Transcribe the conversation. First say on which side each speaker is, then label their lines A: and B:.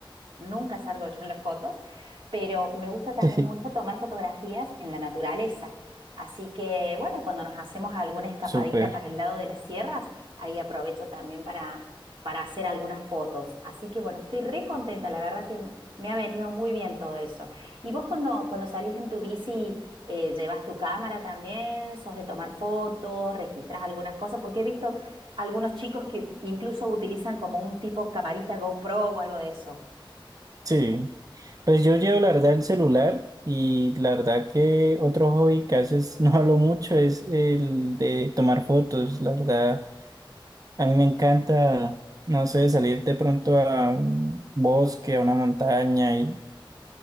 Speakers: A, on the right (about 70°); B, on the right (about 40°).
A: nunca salgo yo en las fotos, pero me gusta también
B: <laughs>
A: mucho tomar fotografías en la naturaleza. Así que, bueno, cuando nos hacemos alguna escapadita
B: Súper.
A: para el lado de las sierras, ahí aprovecho también para, para hacer algunas fotos. Así que, bueno, estoy re contenta, la verdad que me ha venido muy bien todo eso. ¿Y vos cuando, cuando salís en tu bici, eh, llevas tu cámara también? ¿Sos de tomar fotos? ¿Registras algunas cosas? Porque he visto algunos chicos que incluso utilizan como un tipo camarita GoPro o algo de eso.
B: Sí. Pues yo llevo la verdad el celular y la verdad que otro hobby que haces, <laughs> no hablo mucho, es el de tomar fotos. La verdad, a mí me encanta, no sé, salir de pronto a un bosque, a una montaña y